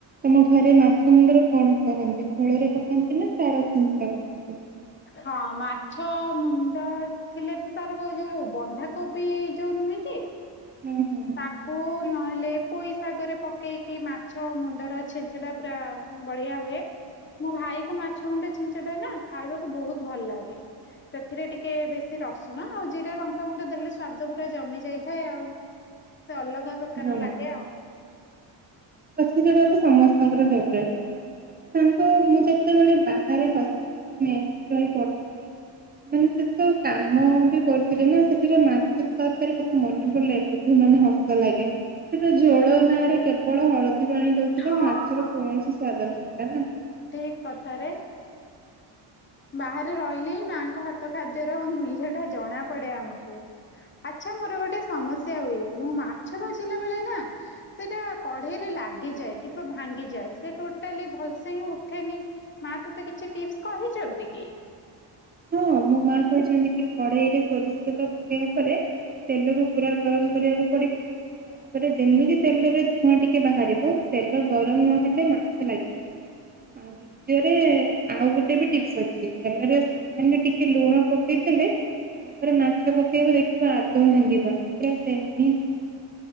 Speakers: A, on the right; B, on the left.
A: ତମ ଘରେ ମାଛ ମୁଣ୍ଡରେ କଣ କରନ୍ତି ଝୋଳରେ ପକାନ୍ତି ନା ତାର ଛିେଞ୍ଚଡା ବନାନ୍ତି?
B: ହଁ ମାଛ ମୁଣ୍ଡ ଥିଲେ ତ ତାର ଯୋଉ ବନ୍ଧାକୋବି ଯୋଉ ନୁହେଁ କି
A: ହୁଁ ହୁଁ।
B: ତାକୁ ନହେଲେ ପୋଇ ଶାଗରେ ପକେଇକି ମାଛ ମୁଣ୍ଡର ଛେଞ୍ଚଡ଼ା ପୁରା ବଢିଆ ହୁଏ। ମୋ ଭାଇ କୁ ମାଛ ମୁଣ୍ଡ ଛିଞ୍ଚଡା ନା ଖାଇବାକୁ ବହୁତ ଭଲ ଲାଗେ। ସେଥିରେ ଟିକେ ବେଶୀ ରସୁଣ ଆଉ ଜିରା ଲଙ୍କାଗୁଣ୍ଡ ଦେଲେ ସ୍ଵାଦ ପୁରା ଜମି ଯାଇଥାଏ ଆଉ। ସେ ଅଲଗା ପ୍ରକାର
A: ହଁ
B: ଲାଗେ ଆଉ।
A: <unintelligible> ତ ସମସ୍ତଙ୍କର ଫେବରାଇଟ। ସାଙ୍ଗ ମୁଁ ଯେତେବେଳେ ବାହାରେ ହଷ୍ଟେଲ ରେ ମେସ ରେ ରହି ପଢୁିଥିଲି
B: ହଁ
A: ମାନେ ସେ ତ କାମ ବି କରୁଥିଲେ ନା ସେଠିରେ ମାଛ ତରକାରୀ କଥା ମନେ ପଡିଲେ ଏବେ ବି ମାନେ ହସ ଲାଗେ। ସେ ଜୋଳ ନାଁରେ କେବଳ ହଳଦୀ ପାଣି ଦଉଥିଲା
B: ହଁ
A: ମାଛର
B: ହଁ
A: କୌଣସି ସ୍ଵାଦ ନଥିଲା। ନା?
B: ଠିକ କଥାରେ। ବାହାରେ ରହିଲେ ହିଁ ମାଙ୍କ ହାତ ଖାଦ୍ୟର ମୂଲ୍ୟ ଟା ଜଣା ପଡେ ଆମକୁ। ଆଚ୍ଛା ମୋର ଗୋଟେ ସମସ୍ୟା ହୁଏ ମୁଁ ମାଛ ଭାଜିଲା ବେଳେ ନା ସେଇଟା କଢେଇରେ ଲାଗିଯାଏ କିମ୍ବା ଭାଙ୍ଗିଯାଏ ସେ ଟୋଟାଲି ଭଲସେ ସେହି ଉଠେନି ମା ତୋତେ କିଛି ଟିପ୍ସ କହିଚନ୍ତି କି?
A: ହଁ ମୋ ମା କହିଛନ୍ତି କି କଢେଇ ରେ ସୋରିଷ ତେଲ ପକେଇବା ପରେ ତେଲକୁ ପୁରା ଗରମ କରିବାକୁ ପଡିବ। ତାପରେ ଯେମିତି ତେଲରେ ଧୂଆଁ ଟିକେ ବାହାରିବ ତେଲ ଗରମ ନହେଲେ ମାଛ ଲାଗିିବ। ଆଉ ଦ୍ଵିତୀୟରେ ଆଉ ଗୋଟେ ବି ଟିପ୍ସ୍ ଅଛି ତେଲରେ ମାନେ ଟିକେ ଲୁଣ ପ ପକେଇଦେଲେ ତାପରେ ମାଛ ପକେଇବ ଦେଖିବ ଆଦୌ ଭାଙ୍ଗିବନି ପୁରା ସେମତି ହିଁ ଥିବ।